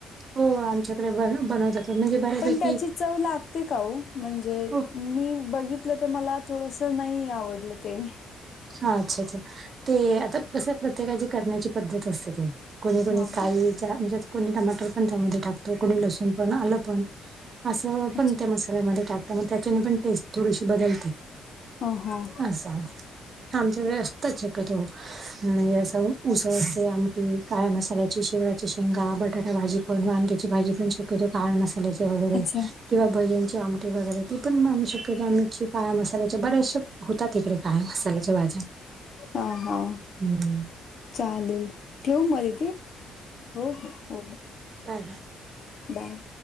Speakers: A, on the right (about 45°); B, on the left (about 55°).
A: हो आमच्याकडे बन बनवतात म्हणजे बऱ्यापैकी
B: पण त्याची चव लागते का ओ? म्हणजे
A: हो
B: मी बघितलं तर मला थोडंसं नई आवडलं ते.
A: हा अच्छा अच्छा. ते आता कसं प्रत्येकाची करण्याची पद्धत असते ती. कुणी
B: हां,
A: कुणी काही
B: हां.
A: च्या म्हणजे कुणी टमाटर पण त्यामध्ये टाकतो कुणी लसूण पण आलं पण. असं
B: अच्छा.
A: पण त्या मसाल्यामध्ये टाकतं म त्याच्याने पण टेस्ट थोडीशी बदलते.
B: हं हं.
A: असं. आमच्याकडे असतंच शक्यतो. म्हणजे असं उसळ ते, आमटी काळ्या मसाल्याची, शेवग्याच्या शेंगा, बटाटा भाजी पण, वांग्याची भाजी पण शक क्यतो काळया मसाल्याची वगैरे
B: अच्छा.
A: किंवा भज्यांची आमटी वगैरे ती‌‌ पण म आम्ही शक्यतो का ळया मसाल्याचे. बऱ्याचशा होतात हिकडे काळया मसा ल्याच्या भाज्या.
B: हां, हां.
A: हं.
B: चालेल, ठेऊ म दीदी हो हो हो हो.
A: Bye
B: bye!